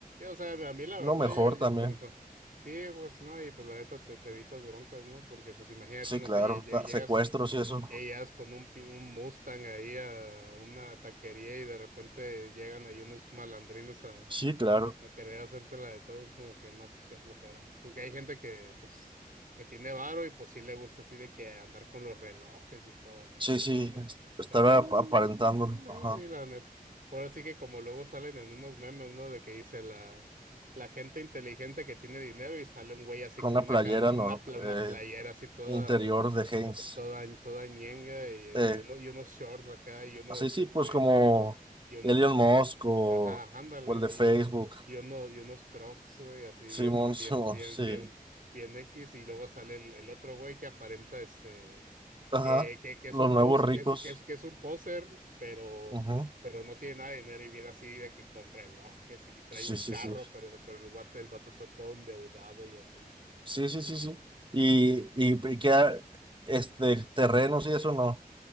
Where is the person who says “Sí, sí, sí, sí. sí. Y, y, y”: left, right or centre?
Right